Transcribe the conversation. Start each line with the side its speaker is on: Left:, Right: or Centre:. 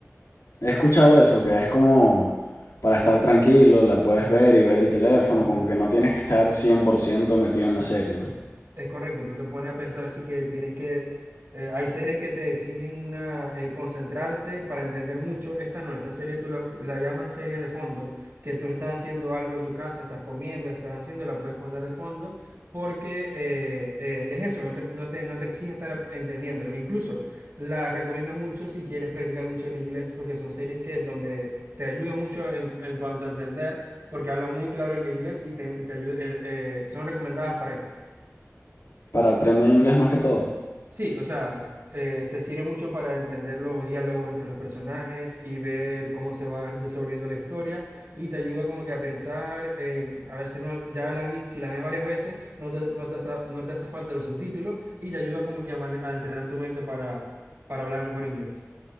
Left: He escuchado eso, que es como para estar tranquilo, la puedes ver y ver el teléfono, como que no tienes que estar 100% metido en la serie, ¿no?
Right: Es correcto, no te pone a pensar así que tienes que... eh, hay series que te exigen una, eh, concentrarte para entender mucho. Esta no, esta serie tú la, la llamas serie de fondo, que tú estás haciendo algo en tu casa, estás comiendo, estás haciendo, la puedes poner de fondo, porque eh, eh, es eso, no te, no te, no te exige estar entendiéndola. Incluso la recomiendo mucho si quieres practicar mucho el inglés, porque son series que donde te ayuda mucho en, en cuanto a entender, porque habla muy claro el inglés y te, te ayu- el- eh, son recomendadas para esto.
Left: Para aprender inglés más que todo.
Right: Sí, o sea, eh, te sirve mucho para entender los diálogos entre los personajes y ver cómo se va desenvolviendo la historia y te ayuda como que a pensar en, a veces no, ya las, vi- si las ves varias veces, no te, no te hace, no te hace falta los subtítulos y te ayuda como que a, mane- a entrenar tu mente para, para hablar mejor inglés.